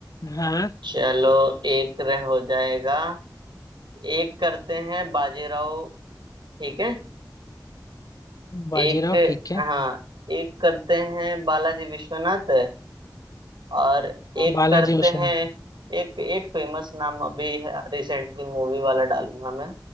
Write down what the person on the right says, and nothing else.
चलो एक रह हो जाएगा एक करते हैं बाजीराव ठीक है
एक
हाँ एक करते हैं बालाजी विश्वनाथ और एक
करते
हैं एक एक फेमस नाम अभी रिसेंटली मूवी वाला डालूंगा मैं